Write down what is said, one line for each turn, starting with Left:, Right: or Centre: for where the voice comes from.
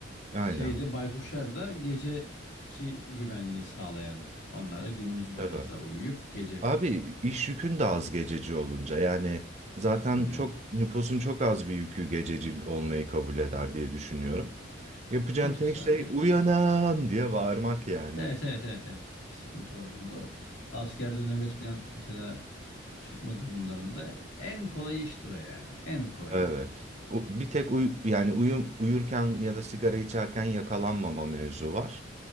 Right: Aynen.
Left: Şeyde baykuşlar da geceki güvenliği sağlayan. Onlar da gündüz biraz
Right: Evet.
Left: daha uyuyup gece.
Right: Abi iş yükün de az gececi olunca yani zaten
Left: Tabii canım.
Right: çok nüfusun çok az bir yükü gececi olmayı kabul eder diye düşünüyorum. Yapacağın
Left: Otur
Right: tek
Left: sadece.
Right: şey uyanan diye bağırmak yani.
Left: Evet evet evet evet. Sıkıntı olduğunda o. Askerde nöbet falan mesela tutma durumlarında en kolay iştir o yani. En kolayıdır.
Right: Evet. U- Bir tek uy yani uyum uyurken ya da sigara içerken yakalanmama mevzu var.